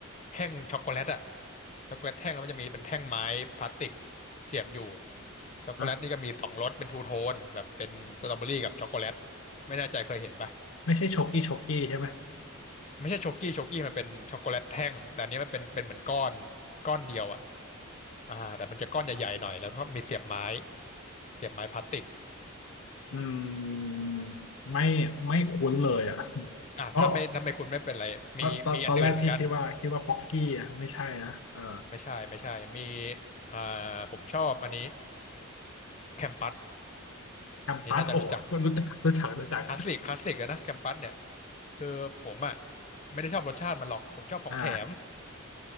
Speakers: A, on the left (about 35°); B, on the left (about 70°).
A: แท่งช็อกโกแลตอะช็อกโกแลตแท่งแล้วมันจะมีเป็นแท่งไม้พลาสติกเสียบอยู่ช็อกโกแลตนี่ก็มีสองรสเป็นทูโทนแบบเป็นสตรอเบอรี่กับช็อกโกแลต
B: อ่ะ
A: ไม่แน่ใจเคยเห็นปะ
B: ไม่ใช่ช็อกกี้ช็อกกี้ใช่ไหม
A: ไม่ใช่ช็อกกี้ช็อกกี้มันเป็นช็อกโกแลตแท่งแต่อันนี้มันเป็นเป็นเหมือนก้อนก้อนเดียวอะอ่าแต่มันจะก้อนใหญ่ๆหน่อยแล้วก็มีเสียบไม้เสียบไม้พลาสติก
B: อืมไม่ไม่คุ้นเลยอ่ะ <laughs>
A: อ่าถ้าไม่ถ้าไม่คุณไม่เป็นไรมีมีอันอื่นเหมือนกัน
B: เพราะเพราะตอนตอนแรกพี่คิดว่าคิดว่าป๊อกกี้อ่ะไม่ใช่นะเออ
A: ไม่ใช่ไม่ใช่มีอ่าผมชอบอันนี้ แคมปัส
B: แคมปัสโอ้โหรู้จักรู้จักรู้จัก
A: นี่น่าจะรู้จักคลาสสิกคลาสสิกเลยนะแคมปัสเนี่ยคือผมอ่ะไม่ได้ชอบรสชาติมันหรอกผมชอบของแถม
B: <laughs> อ่า